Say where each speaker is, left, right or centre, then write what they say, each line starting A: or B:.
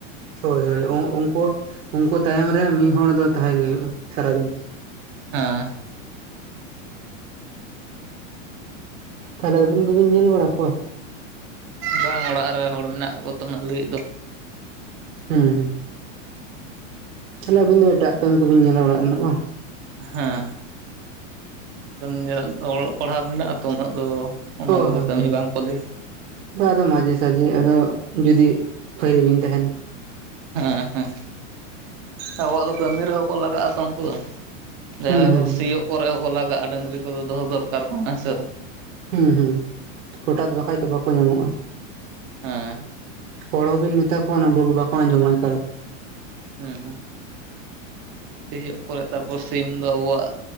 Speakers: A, on the right (about 80°); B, on the right (about 20°).
A: ᱦᱳᱭ, ᱦᱳᱭ, ᱩᱱᱠᱩ-ᱩᱱᱠᱩ, ᱛᱟᱭᱚᱢ ᱨᱮ ᱢᱤᱫ ᱦᱚᱲ ᱫᱚ, ᱛᱟᱦᱮᱸ ᱜᱮ ᱦᱳᱭᱩᱳᱜᱼᱟ ᱥᱟᱨᱟᱫᱤᱱ᱾
B: ᱦᱮᱸ,
A: ᱛᱟᱦᱚᱞᱮ ᱟᱵᱤᱱ ᱜᱮᱵᱤᱱ ᱧᱮᱞ ᱵᱟᱲᱟ ᱠᱚᱣᱟ?
B: ᱵᱟᱝ ᱚᱲᱟᱜ ᱨᱮ ᱦᱚᱲ ᱢᱮᱱᱟᱜ ᱠᱚᱛᱚ, ᱚᱱᱟ ᱞᱟᱹᱜᱤᱫ ᱫᱚ᱾
A: ᱦᱩᱸ, ᱦᱩᱸ᱾ ᱛᱟᱦᱚᱞᱮ ᱟᱵᱤᱱ ᱫᱚ, ᱮᱴᱟᱜ ᱠᱟᱹᱢᱤ ᱠᱚᱵᱤᱱ ᱧᱮᱞᱟ, ᱚᱲᱟᱜ ᱨᱮᱱᱟᱜ ᱵᱟᱝ?
B: ᱦᱮᱸ, ᱱᱤᱡᱮᱨᱟᱜ ᱫᱚ ᱚᱞᱚᱜ ᱯᱟᱲᱦᱟᱜ ᱢᱮᱱᱟᱜᱼᱟ ᱛᱚ, ᱩᱱᱟᱹᱜ ᱫᱚ ᱚᱱᱟ
A: ᱳ,
B: ᱠᱚᱫᱚ
A: ᱦᱮᱸ,
B: ᱠᱟᱹᱢᱤ
A: ᱦᱮᱸ,
B: ᱵᱟᱝᱠᱚ ᱞᱟᱹᱭᱟ
A: ᱵᱟ ᱟᱫᱚ ᱢᱟᱡᱷᱮ ᱥᱟᱡᱷᱮ ᱟᱫᱚ, ᱡᱩᱫᱤ ᱯᱷᱟᱹᱨᱤ ᱵᱤᱱ ᱛᱟᱦᱮᱱ?
B: ᱦᱮᱸ, ᱦᱮᱸ, ᱟᱵᱚᱣᱟᱜ ᱫᱚ ᱠᱟᱹᱢᱤ ᱨᱮᱦᱚ ᱠᱚ ᱞᱟᱜᱟᱜ ᱟᱛᱚ ᱩᱱᱠᱩ ᱫᱚ᱾ ᱡᱟᱦᱟᱸ
A: ᱦᱩᱸ ᱦᱩᱸ
B: ᱠᱚᱫᱚ ᱥᱤᱭᱳᱜ ᱠᱚᱨᱮ ᱦᱚᱸᱠᱚ ᱞᱟᱜᱟᱜᱼᱟ, ᱰᱟᱹᱝᱨᱤ ᱠᱚᱫᱚ ᱫᱚᱦᱚ ᱫᱚᱨᱠᱟᱨ ᱠᱟᱱᱟ ᱦᱮᱸ ᱥᱮ ᱵᱟᱝ?
A: ᱦᱩᱸ, ᱦᱩᱸ, ᱦᱚᱴᱟᱛ ᱵᱟᱠᱷᱟᱡ ᱫᱚ ᱵᱟᱠᱚ ᱧᱟᱢᱚᱜᱼᱟ᱾
B: ᱦᱮᱸ,
A: ᱦᱚᱲ ᱦᱚᱸᱵᱤᱱ ᱢᱮᱛᱟ ᱠᱚᱣᱟ, ᱵᱟᱹᱵᱩ ᱵᱟᱠᱚ ᱟᱸᱡᱚᱢᱟ ᱮᱠᱟᱞ᱾
B: ᱦᱩᱸ, ᱦᱩᱸ, ᱥᱤᱭᱳᱜ ᱠᱚᱨᱮ, ᱛᱟᱨᱯᱚᱨ ᱥᱤᱢ ᱫᱚ, ᱟᱵᱚᱣᱟᱜ